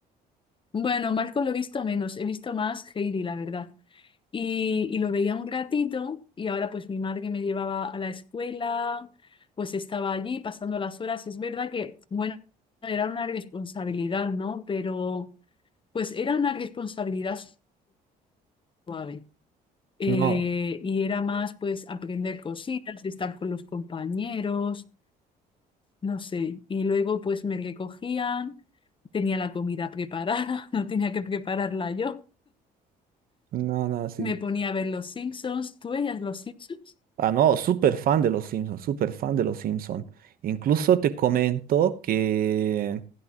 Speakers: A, on the left; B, on the right.
A: Bueno, Marco lo he visto menos, he visto más Heidi, la verdad. y, y lo veía un ratito y ahora pues mi madre me llevaba a la escuela, pues estaba allí pasando las horas. Es verdad que, bueno, era una responsabilidad, ¿no? Pero pues era una responsabilidad suave. Eh,
B: No,
A: y era más pues aprender cositas, de estar con los compañeros, no sé. Y luego pues me recogían, tenía la comida preparada, <laughs> no tenía que prepararla yo.
B: no, no, sí.
A: Me ponía a ver los Simpsons. ¿Tú veías los Simpsons?
B: Ah, no, súper fan de los Simpsons, súper fan de los Simpsons. Incluso te comento que